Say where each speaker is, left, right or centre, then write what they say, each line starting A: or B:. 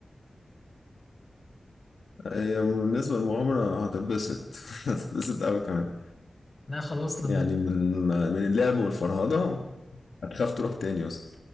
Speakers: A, on the left; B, on the left.
A: هي بالنسبة للمغامرة هتتبسط <laughs> هتتبسط أوي كمان
B: لا خلاص لما
A: يعني من من اللعب والفرهدة هتخاف تروح تاني أصلا